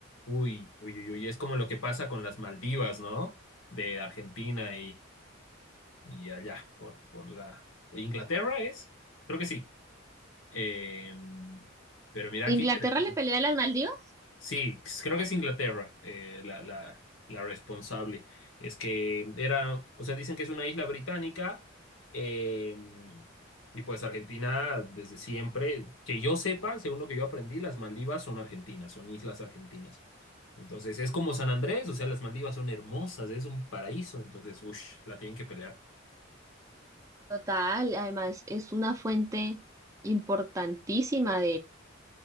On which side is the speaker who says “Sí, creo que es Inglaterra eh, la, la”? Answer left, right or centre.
Left